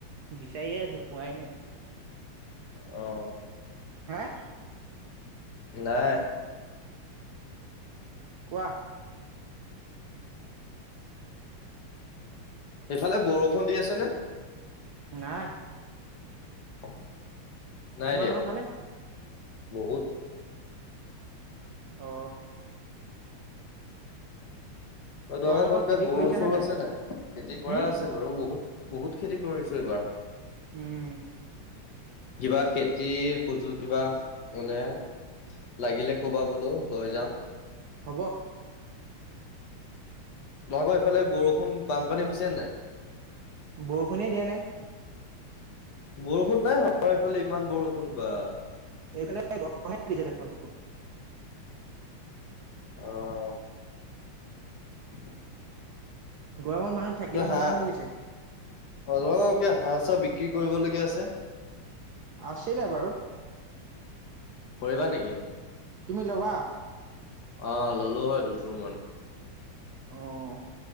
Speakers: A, on the right (about 60°); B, on the left (about 55°).
A: বিচাৰিয়ে আছো পোৱাই নাই।
B: অ'।
A: হা!
B: নাই।
A: কোৱা।
B: সেফালে বৰষুণ দি আছে নে?
A: নাই।
B: <inaudible> নাই
A: তোমালোকৰ
B: দিয়া
A: ফালে
B: বহুত।
A: অ'। তোমালোকৰ
B: তো আগৰ ঘৰত কিবা
A: খেতি
B: গৰু
A: কৰিছানে
B: চৰু আছে নাই খেতি কৰা
A: হুম
B: আছে বাৰু বহুত। বহুত খেতি কৰিছো এইবাৰ।
A: উম।
B: কিবা খেতিৰ সজুল কিবা মানে লাগিলে কবা বোলো লৈ যাম।
A: হ'ব।
B: তোমালোকৰ এইফালে বৰষুণ বানপানী হৈছে নাই।
A: বৰষুণে দিয়া নাই।
B: বৰষুণ নাই হয় এইফালে ইমান বৰষুণ বা।
A: এইফালে বৰ দিছে দে <inaudible>
B: অঁ। <inaudible>
A: গৰমত মানুহ থাকিব
B: বোলে হাঁহ
A: নোৱাৰা হৈ গৈছে।
B: <unintelligible> হাঁহ চাহ বিক্ৰী কৰিবলগীয়া আছে।
A: আছিলে বাৰু।
B: কৰিবা নেকি?
A: তুমি ল'বা?
B: অ', ল'লো হয় দুইযোৰ মান।
A: অ',